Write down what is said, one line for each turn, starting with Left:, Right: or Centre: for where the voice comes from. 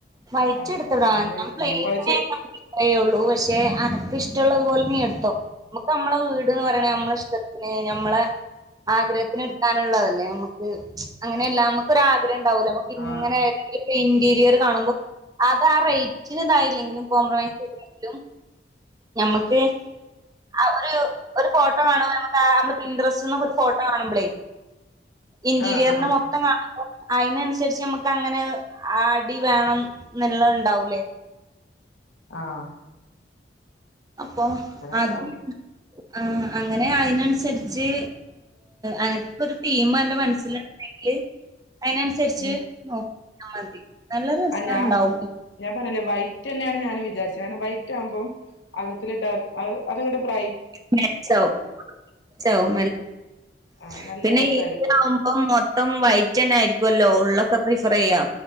Right: വയറ്റ്
Left: ആ
Right: എടുത്തളാ
Left: എന്താ
Right: ഞാൻ പ്ലയിനെ
Left: ഈ പ്രാവശ്യം
Right: പറയുള്ളൂ പക്ഷെ അനക്ക് ഇഷ്ടുള്ളത് പോലെ നീ എടുത്തോ നമ്മുക്ക് നമ്മളെ വീട്ന്ന് പറയണത് നമ്മള ഇഷ്ടത്തിന് ന നമ്മളെ ആഗ്രഹത്തിന് എടുക്കാനുള്ളതല്ലേ നമുക്ക് അങ്ങനെ അല്ല നമ്മ- നമുക്കൊരു ആഗ്രഹം ഉണ്ടാവോലോ നമു
Left: ആ
Right: ഇങ്ങനെ ഒരു ഇന്റീരിയറ്റ് കാണുമ്പോൾ അത് ആ റേയ്റ്റിന് ഇതായില്ലെങ്കിലും കോംപ്രമൈസ് ചെയ്തില്ലെങ്കിലും ഞമ്മക്ക് ആ ഒരു ഒരു ഫോട്ടോ കാണുമ്പോൾ നമുക്ക് നമ്മള് ഇൻടറസ്റ്റ്ന്നൊക്കെ ഒരു ഫോട്ടോ കാണുമ്പളയ് ഇന്റീരിയറിന്റെ
Left: ആ ആ
Right: മൊത്തം കാണും അയ്നനുസരിച്ച് നമുക്ക് അങ്ങനെ അടി വേണം എന്നുള്ളത് ഉണ്ടാവൂലെ
Left: ആഹ്
Right: അപ്പോ അത്
Left: ഉണ്ടാവും
Right: ഉം അങ്ങനെ അയിനനുസരിച്ച് അനക്ക് ഒരു തീം അന്റെ മനസ്സിൽ ഉണ്ടെങ്കിൽ ൽ അതിനനുസരിച്ച്
Left: ഉം
Right: നോക്കിയ മതി നല്ല രസണ്ടാവും
Left: ആ ഞാൻ ഞാൻ പറഞ്ഞില്ലെ വൈറ്റ് തന്നെയാണ് ഞാൻ വിചാരിച്ചത് കാരണം വൈറ്റ് ആകുമ്പോം അകത്തിലിട്ടാൽ അത് അത്ങ്ങ്ട്ട് ബ്രൈ
Right: മെചാവും മെചാവും
Left: ആഹ്
Right: <unintelligible>
Left: നല്ല
Right: പിന്നെ
Left: രസായിരിക്കും
Right: ഇതിലാവു മഇപ്പം മൊത്തം വൈറ്റന്നെ ആയിരിക്കുവല്ലോ ഉള്ളൊക്കെ പ്രിഫർ ചെയ്യ